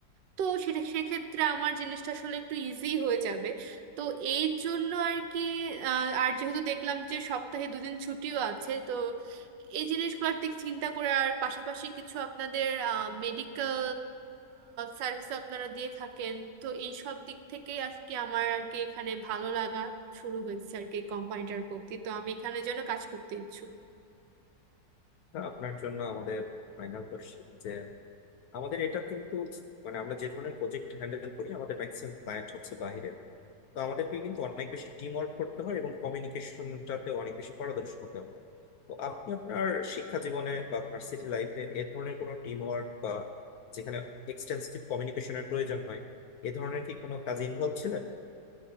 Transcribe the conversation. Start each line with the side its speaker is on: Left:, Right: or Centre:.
Right: তো সেটা সেক্ষেত্রে আমার জিনিসটা আসলে একটু ইজি হয়ে যাবে তো এই জন্য আর কি আহ, আর যেহেতু দেখলাম যে সপ্তাহে দুদিন ছুটিও আছে তো এই জিনিসগুলোর দিক চিন্তা করে আর পাশাপাশি কিছু আপনাদের মেডিকেল সার্ভিস আপনারা দিয়ে থাকেন তো এই সব দিক থেকেই আর কি আমার আর কি এখানে ভালো লাগা শুরু হয়েছে আর কি কোম্পানিটার প্রতি তো আমি এখানে যেন কাজ করতে ইচ্ছুক
Left: তা আপনার জন্য আমাদের ফাইনাল কোশ্চেন যে আমাদের এটা কিন্তু মানে আমরা যে ধরনের প্রজেক্ট হ্যান্ডেল করি আমাদের ম্যাক্সিমাম ক্লায়েন্ট হচ্ছে বাইরের তো আমাদেরকে কিন্তু অনেক বেশি টিম ওয়ার্ক করতে হয় এবং কমিউনিকেশনটাতে অনেক বেশি পারদর্শী হতে হয় তো আপনি আপনার শিক্ষা জীবনে বা ভার্সিটি লাইফে এ ধরনের কোনো টিম ওয়ার্ক বা যেখানে এক্সটেন্সিভ কমিউনিকেশনের প্রয়োজন হয় এ ধরনের কি কোনো কাজে ইনভলভ ছিলেন